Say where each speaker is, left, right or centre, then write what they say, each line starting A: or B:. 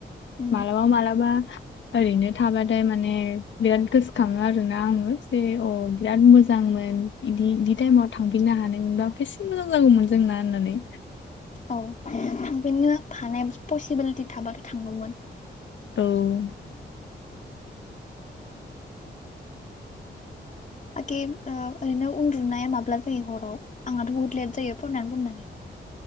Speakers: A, on the left; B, on the left.
A: उम
B: मालाबा मालाबा ओरैनो थाबाथाय माने बिराद गोसोखाङो आरोना आङो जे अ बिराद मोजांमोन बिदि बिदि टाइमाव थांफिननो हानायबा बेसेन मोजां जागौमोन जोंना होननानै
A: औ थांफिननो हानाय पसिबिलिटि थाबाथ' थांगौमोन
B: औ
A: एखे ओरैनो उन्दुनाया माब्ला जायो हराव आंहाथ' बुहुत लेट जायो फरायनानै फरायनानै